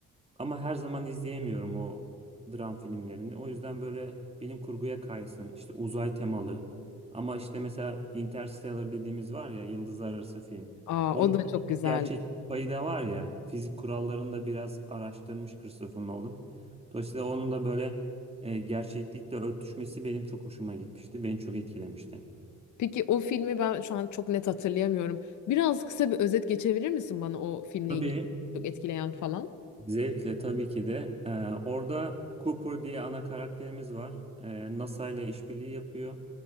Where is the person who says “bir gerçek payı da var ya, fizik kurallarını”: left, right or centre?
Right